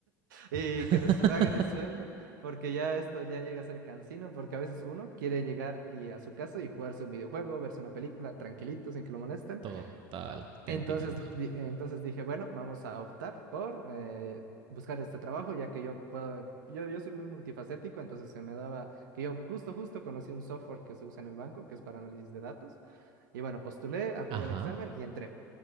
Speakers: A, on the right (about 75°); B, on the right (about 50°).
A: y
B: <laughs>
A: que nos paguen un sueldo, porque ya esto ya llega a ser cansino, porque a veces uno quiere llegar y a su casa y jugarse un videojuego, verse una película tranquilito, sin que lo molesten.
B: Total, te
A: Entonces,
B: entiendo.
A: di- entonces dije, bueno, vamos a optar por eh, buscar este trabajo, ya que yo puedo, yo, yo soy muy multifacético, entonces se me daba que yo justo, justo conocí un software que se usa en el banco, que es para análisis de datos. Y bueno, postulé, aprobé
B: Ajá.
A: el examen y entré.